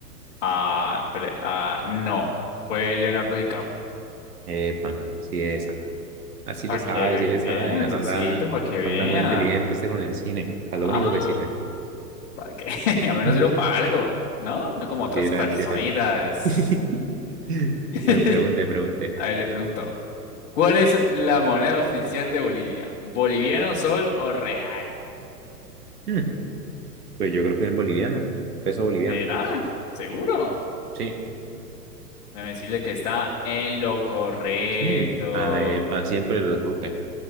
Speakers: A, on the left; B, on the right.
A: Ah, pre- ah, no. Fue Leonardo DiCaprio.
B: Epa, sí es esa. Así
A: Para
B: le sabe,
A: que vea,
B: sí le sabe. Anda,
A: socito, para que vea.
B: anda muy inteligente usted con el cine. A
A: Ah.
B: lo único que sirve.
A: ¿Para qué? <laughs> Al menos
B: <laughs>
A: sirvo para algo, ¿no? No como
B: Mentira,
A: otras personitas.
B: mentira. <laughs>
A: <laughs>
B: Bueno, pregunte, pregunte.
A: A ver, le pregunto, ¿cuál es la moneda oficial de Bolivia? ¿Boliviano, sol o real?
B: Hmm, Pues yo creo que es boliviano. Peso boliviano.
A: ¿Será? ¿Seguro?
B: Sí,
A: Déjame decirle que está en lo correcto.
B: sí. Ah, epa, siempre lo supe.